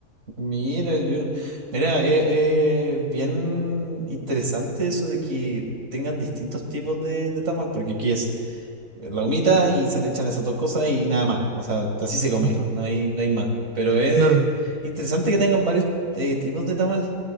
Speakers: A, on the right; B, on the right.
A: Mira, yo no- mira, es bien interesante eso de que tengan distintos tipos de, de tamal, porque aquí es la humita y se le echan esas dos cosas y nada más. O sea, así se come,
B: Ujú.
A: no hay, no hay más. Pero es
B: No, no, no.
A: interesante que tengan varios eh, tipos de tamal.